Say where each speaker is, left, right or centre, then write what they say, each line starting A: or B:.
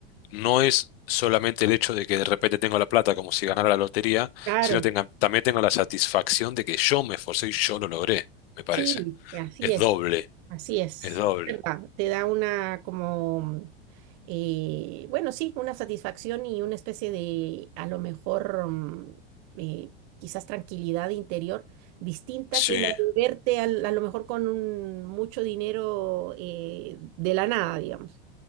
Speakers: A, on the left (about 70°); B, on the right (about 45°).
A: no es solamente el hecho de que de repente tengo la plata como si ganara la lotería,
B: claro.
A: sino tenga- también tengo la satisfacción de que yo me esforcé y yo lo logré, me parece.
B: Sí, así
A: Es
B: es,
A: doble,
B: así es,
A: es doble.
B: es verdad, te da una como, eh, bueno, sí, una satisfacción y una especie de, a lo mejor, mm, eh, quizás tranquilidad interior distinta
A: Sí.
B: que la de verte al- a lo mejor con un- mucho dinero eh, de la nada, digamos.